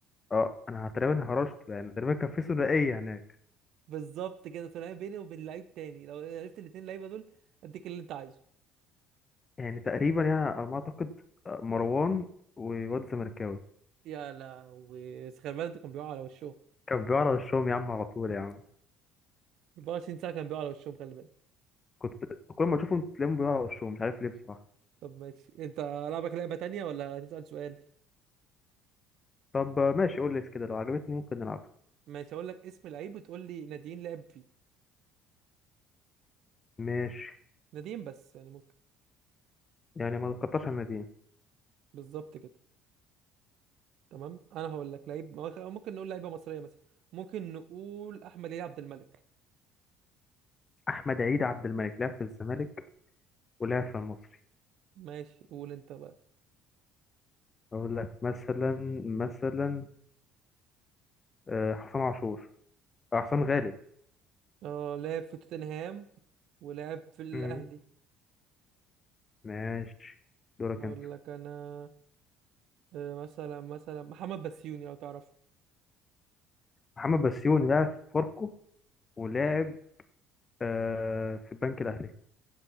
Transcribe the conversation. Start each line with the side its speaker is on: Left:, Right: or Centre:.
Left: اه انا تقريبا هرشت يعني تقريبا كان في ثنائيه هناك
Right: بالظبط كده تلاقي بيني وبين لعيب تاني لو عرفت الاتنين لعيبه دول اديك اللي انت عايزه
Left: يعني تقريبا يعني على ما اعتقد آه، مروان وواد زمركاوي
Right: يا لهوي خلي بالك ده كان بيقع على وشه
Left: كان بيقع على وشهم يا عم على طول يا عم
Right: 24 ساعة كان بيقع على وشهم خلي بالك
Left: كنت كل ما اشوفهم تلاقيهم بيقع على وشهم مش عارف ليه بصراحه
Right: طب ماشي انت لعبك لعبة تانية ولا هتسأل سؤال
Left: طب آه، ماشي قول لي كده لو عجبتني ممكن نلعب
Right: ماشي هقول لك اسم لعيب وتقول لي ناديين لعب فيه
Left: ماشي
Right: ناديين بس يعني ممكن
Left: يعني ما تقطعش الناديين
Right: بالظبط كده تمام انا هقول لك لعيب ما هو- خ- ممكن نقول لعيبة مصرية مثلا ممكن نقول احمد علي عبد الملك
Left: احمد عيد عبد الملك لعب في الزمالك ولعب في المصري
Right: ماشي قول انت بقى
Left: اقول لك مثلا مثلا آه، حسام عاشور آه، حسام غالب
Right: اه لعب في توتنهام ولعب في الاهلي
Left: مم. ماشي دورك
Right: هقول
Left: انت
Right: لك انا آه، مثلا مثلا محمد بسيوني لو تعرفه
Left: محمد بسيوني لعب في فاركو ولعب آه، في البنك الاهلي